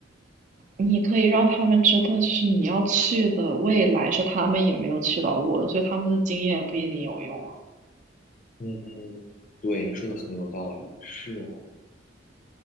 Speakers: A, on the right; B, on the left.
A: 你可以让他们知道，就是你要去的未来是他们也没有去到过的所以他们的经验不一定有用啊。
B: 嗯，对，你说的很有道理。是啊，